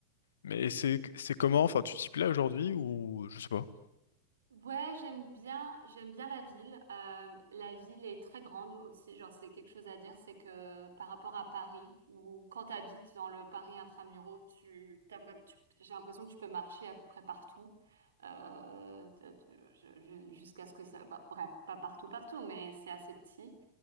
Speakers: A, on the left; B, on the right.
A: Mais c'est c'est comment? Enfin, tu t'y plais aujourd'hui ou je sais pas.
B: Ouais, j'aime bien, j'aime bien la ville. Euh, la ville est très grande aussi. Genre, c'est quelque chose à dire, c'est que par rapport à Paris, ou quand tu habites dans le Paris intramuraux, tu, t'as vraiment, tu- j'ai l'impression que tu peux marcher à peu près partout, euh, tu- tu- je- je- jusqu'à ce que ça. bah, bref, pas partout, partout, mais c'est assez petit.